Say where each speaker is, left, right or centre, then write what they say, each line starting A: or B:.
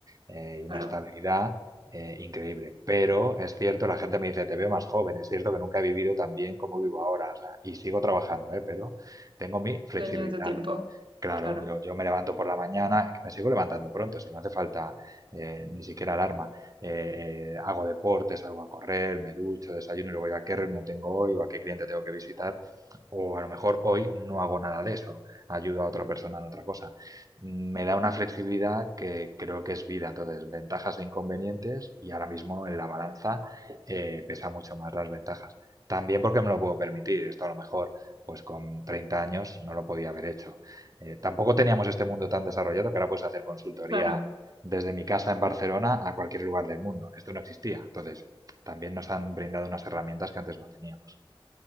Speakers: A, on the right; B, on the right.
A: eh, y
B: <laughs>
A: una
B: Claro.
A: estabilidad eh, increíble. Pero es cierto, la gente me dice, te veo más joven, es cierto que nunca he vivido tan bien como vivo ahora, o sea, y sigo trabajando, ¿eh? Pero tengo mi flexibilidad.
B: Dueño de tu tiempo.
A: Claro,
B: Claro,
A: yo, yo me levanto por la mañana, me sigo levantando pronto, si no hace falta eh, ni siquiera alarma. Eh, eh, hago deportes, salgo a correr, me ducho, desayuno y luego ya qué reunión tengo hoy o a qué cliente tengo que visitar o a lo mejor hoy no hago nada de eso, ayudo a otra persona en otra cosa. Mm, Me da una flexibilidad que creo que es vida. Entonces, ventajas e inconvenientes y ahora mismo en la balanza eh, pesa mucho más las ventajas. También porque me lo puedo permitir. Esto a lo mejor, pues con 30 años no lo podía haber hecho. Eh, tampoco teníamos este mundo tan desarrollado que ahora puedes hacer consultoría
B: claro,
A: desde mi casa en Barcelona a cualquier lugar del mundo. Esto no existía. Entonces, también nos han brindado unas herramientas que antes no teníamos.